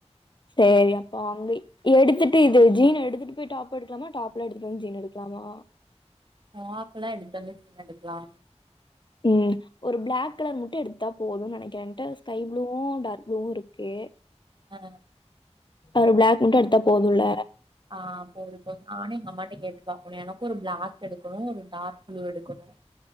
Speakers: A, on the left; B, on the right.
A: சேரி அப்போ அங்க எடுத்துட்டு இது ஜீன் எடுத்துட்டு போய் டாப் எடுக்கலாம டாப்ல எடுத்து வந்து ஜீன் எடுக்லாமா
B: டாப்லா எடுதுட்டு வந்து ஜீன் எடுக்லா
A: ம் ஒரு பிளாக் கலர் மட்டு எடுத்தா போதுன் நெனைக்கிற என்ட ஸ்கை ப்ளூவு டார்க் ப்ளூவு இருக்கு
B: ஆ
A: ஒரு பிளாக் மட்டு எடுத்தா போதும்ல
B: ஆ போது போது நானே எங்க அம்மாட்ட கேட்டு பாக்ணு எனக்கு ஒரு பிளாக் எடுக்கணு ஒரு டார்க் ப்ளூ எடுக்கணு